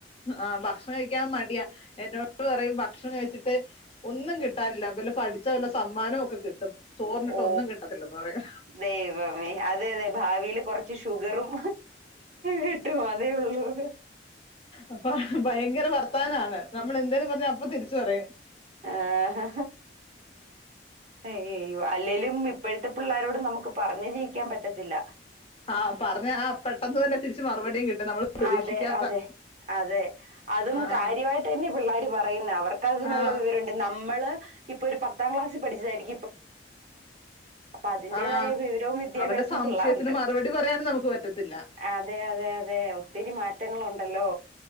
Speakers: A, on the left; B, on the right.
A: ആ് ഭക്ഷണം കഴിക്കാൻ മടിയാ എന്നോ യും ഭക്ഷണം കഴിച്ചിട്ട് ഒന്നും കിട്ടാറില്ലല്ല പഠിച്ചാ വല്ല സമ്മാനവും ഒക്കെ കിട്ടും ചോറിന്നിട്ട
B: ഓ
A: ഒന്നും കിട്ടത്തില്ലന്ന് പറയാ
B: ദൈവമേ അതെ അതെ ഭാവിൽ കുറച്ച് ഷുഗറും കിട്ടും അതേ ഉള്ളൂ അത
A: അപ്പ ഭയങ്കര വർത്താനമാണ് നമ്മൾ എന്തെന്ന് പറഞ്ഞൽ അപ്പൊ തിരിച്ചു പറയും
B: ആഹ അ്യ്യോ അല്ലേലും ഇപ്പോഴത്തെ പിള്ളാരോട് നമുക്ക് പറഞ്ഞഞ് ജീയിക്കാൻ പറ്റത്തില്ല
A: ആഹ പറഞ്ഞ ആ പെട്ടെന്ന് തന്നെ തിരിച്ച് മറുപടിയും കിട്ടും നമ്മൾ പ്രതീക്ഷിക്കാത്ത
B: അതെ അതെ അതെ അതും
A: ആഹ്
B: കാര്യമായിട്ട് തന്നെ പിള്ളാര് പറയുന്ന അവർക്ക്തി
A: ആഹ്
B: വണ്ട് നമ്മള് ഇപ്പൊ ഒരു പത്താം ക്ലാസ്സ് പഠിച്ചതായിരിക്ക അതിന്റേതായ
A: ആ
B: വിവരവും വിദ്യാഭ്യാസവും
A: അവടെ സംശയത്തിന്
B: പിള്ളേർക്കുണ്ട്.
A: മറുപടി പറയാനും നമുക്ക് പറ്റ പറ്റത്തില്ല
B: അതെ അതെ അതെ ഒത്തിരി മാറ്റങ്ങളുണ്ട് ഹലോ